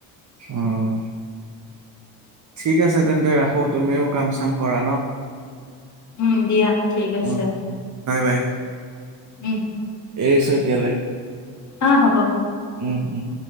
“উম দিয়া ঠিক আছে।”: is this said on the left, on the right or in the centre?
Left